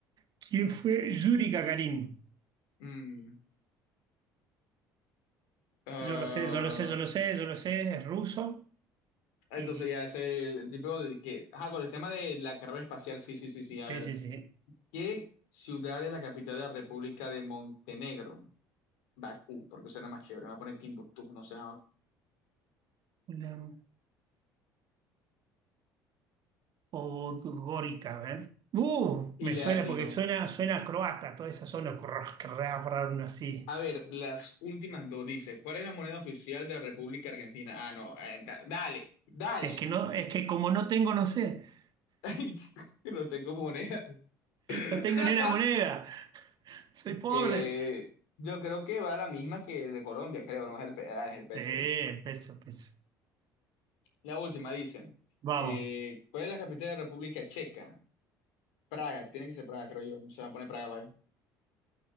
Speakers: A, on the right; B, on the left.
A: ¿Quién fue Yuri Gagarin?
B: Mm, ah,
A: Yo lo sé, yo lo sé, yo lo sé, yo lo sé, es ruso
B: entonces
A: y
B: ya es el, el tipo de que... Ajá, con el tema de la carrera espacial, sí, sí, sí, sí.
A: Sí,
B: A ver,
A: sí, sí.
B: ¿qué ciudad es la capital de la República de Montenegro? Bakú, porque suena más chévere. Me va a poner Timbuktu, no sé.
A: Una podgórica, a ver. Uh,
B: Y
A: me
B: le
A: suena
B: atino.
A: porque suena, suena a croata, toda esa zona, <laughs> crrr, crrr, crrr, así.
B: A ver, las últimas dos dice, ¿cuál es la moneda oficial de la República Argentina? Ah, no, eh, da- dale, dale.
A: Es que no, es que como no tengo, no sé. <laughs>
B: <laughs> Ay, No tengo moneda. <laughs>
A: No tengo ni una moneda. Soy pobre.
B: Eh, yo creo que va la misma que el de Colombia, creo, no es el, pe- ah, es el peso,
A: Sí,
B: ¿viste?
A: peso, peso.
B: La última dice,
A: Vamos.
B: eh, ¿cuál es la capital de la República Checa? Praga, tiene que ser Praga, creo yo, no se va a poner Praga, ¿vale?